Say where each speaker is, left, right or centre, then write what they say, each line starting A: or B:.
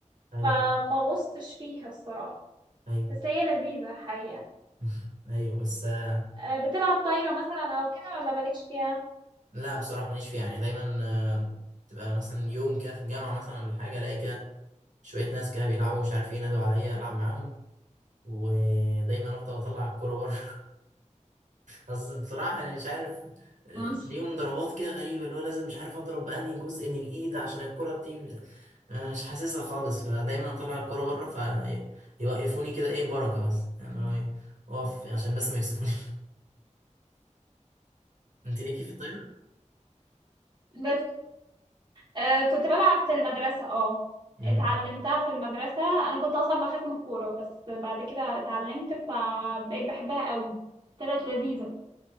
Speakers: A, on the right (about 80°); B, on the right (about 35°).
A: أيوه
B: فما غصتش فيها الصراحة
A: أيوه
B: بس هي لذيذة حقيقة
A: <laughs> أيوه بس آه،
B: آه، بتلعب طايرة مثلا أو كده ولا مالكش فيها
A: لا بصراحة ماليش فيها يعني دايما آه، تبقى مثلا يوم كده في الجامعة مثلا ولا حاجة ألاقي كده شوية ناس كده بيلعبوا مش عارف ايه نادوا عليا ألعب معاهم ودايما أفضل أطلع الكورة بره اصل بصراحة يعني مش عارف
B: مم.
A: ليهم ضربات كده غريبة اللي هو لازم مش عارف اضرب بأنهي جزء من الايد عشان الكرة تيجي أنا مش حاسسها خالص فدايما اطلع الكرة بره فيوقفوني كده ايه بركة بس يعني هو إيه، اقف عشان بس ما يكسفوني <laughs> انت ليكي في الطايرة؟
B: بس آه، كنت بلعب في المدرسة اه
A: امم
B: اتعلمتها في المدرسة أنا كنت أصلا بخاف من الكورة بس بعد كده اتعلمت فبقيت بحبها قوي طلعت لذيذة